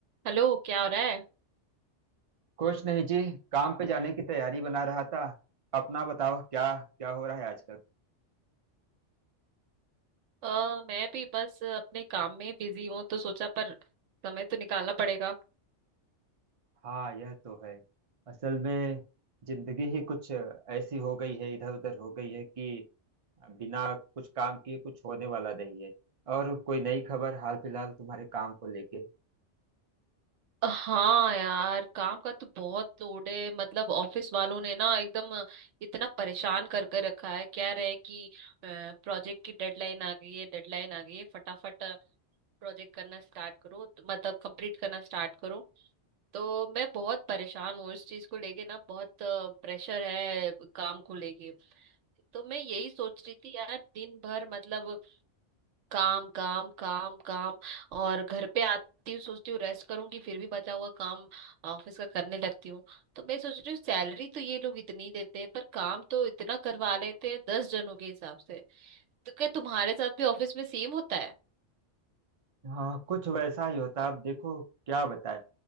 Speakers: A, on the right; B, on the right.
A: हेलो क्या हो रहा है
B: कुछ नहीं जी काम पे जाने की तैयारी बना रहा था अपना बताओ क्या क्या हो रहा है आजकल
A: अ, मैं भी बस अपने काम में बिजी हूँ तो सोचा पर समय तो निकालना पड़ेगा
B: हाँ यह तो है असल में जिंदगी ही कुछ ऐसी हो गई है इधर उधर हो गई है कि बिना कुछ काम किए कुछ होने वाला नहीं है और कोई नई खबर हाल फिलहाल तुम्हारे काम को लेके
A: हाँ यार काम का तो बहुत लोड है मतलब ऑफिस वालों ने ना एकदम इतना परेशान कर कर रखा है कह रहे हैं कि प्रोजेक्ट की डेडलाइन आ गई है डेडलाइन आ गई है फटाफट प्रोजेक्ट करना स्टार्ट करो तो मतलब कंप्लीट करना स्टार्ट करो तो मैं बहुत परेशान हूँ इस चीज को लेके ना बहुत प्रेशर है काम को लेके तो मैं यही सोच रही थी यार दिन भर मतलब काम काम काम काम और घर पे आती हूँ सोचती हूँ रेस्ट करूंगी फिर भी बचा हुआ काम ऑफिस का करने लगती हूँ तो मैं सोच रही हूँ सैलरी तो ये लोग इतनी देते हैं पर काम तो इतना करवा लेते हैं दस जनों के हिसाब से तो क्या तुम्हारे साथ भी ऑफिस में सेम होता है
B: हाँ कुछ वैसा ही होता है अब देखो क्या बताए